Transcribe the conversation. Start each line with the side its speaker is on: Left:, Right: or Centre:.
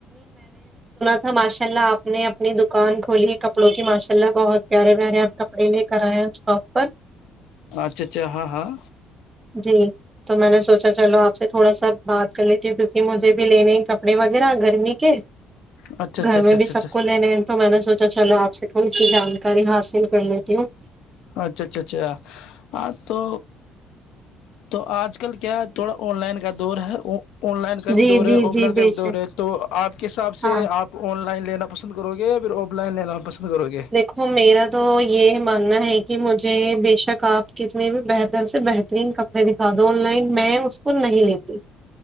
Right: اں ماشاء اللہ آپ نے اپنی دکان کھولی ہے کپڑوں کی ماشاء اللہ بہت پیارے پیارے آپ کپڑے لے کر آئے ہیں اس شاپ پر
Left: اچھا اچھا ہاں ہاں
Right: جی تو میں نے سوچا چلو آپ سے تھوڑا سا بات کر لیتی ہوں کیونکہ مجھے بھی لینے کپڑے وغیرہ گرمی کے
Left: اچھا اچھا
Right: گھر
Left: اچھا
Right: میں
Left: اچھا
Right: بھی سب
Left: اچھا
Right: کو لینے ہیں تو میں نے سوچا چلو آپ تھوڑی سی جانکاری حاصل کر لیتی ہوں
Left: اچھا اچھا اچھا ہاں تو تو آج کل کیا تھوڑا آن لائن کا دور ہے آن لائن کا بھی
Right: جی
Left: دور ہے
Right: جی
Left: آف
Right: جی
Left: لائن کا
Right: بے
Left: بھی
Right: شک
Left: دور ہے تو آپ کے حساب سے
Right: ہاں
Left: آپ آن لائن لینا پسند کرو گے پھر آف لائن لینا پسند کرو گے
Right: دیکھو میرا تو یہ ماننا ہے کہ مجھے بےشک آپ کتنے بھی بہتر سے بہترین کپڑے دکھا دو آن لائن میں اس کو نہیں لیتی